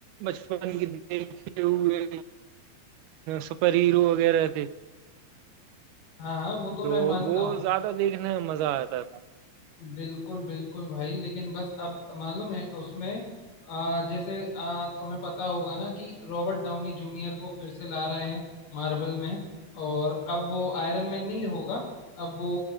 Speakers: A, on the right; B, on the left.
A: बचपन की देखे हुए सुपर हीरो वगैरह थे
B: हाँ हाँ वो तो मैं
A: तो
B: मानता
A: वो
B: हूँ
A: ज्यादा देखने में मजा आता था
B: बिल्कुल बिल्कुल भाई लेकिन बस अब मालूम है उसमें आ, जैसे आ, तुम्हें पता होगा ना कि रॉबर्ट डाउनी जूनियर को फिर से ला रहे हैं मार्वल में और अब वो आयरन मैन नहीं होगा अब वो